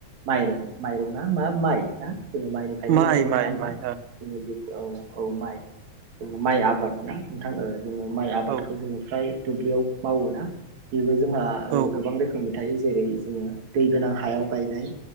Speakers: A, on the right; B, on the right.
A: माइरं माइरं ना मा माइ ना? जोङो माइनिफ्रायनो
B: माइ
A: माइरं मोना
B: माइ
A: होमबा
B: माइ
A: जोङो बे औ औ माइ जों माइ आबाद ना नोंथां ओ जोङो माइ आबादखौ
B: औ
A: जोङो फ्राय दुब्लियाव मावो ना। बेबो जोंहा
B: औ
A: गोबां रोखोमनि थायो जेरै जोङो दै गोनां हायाव गायनाय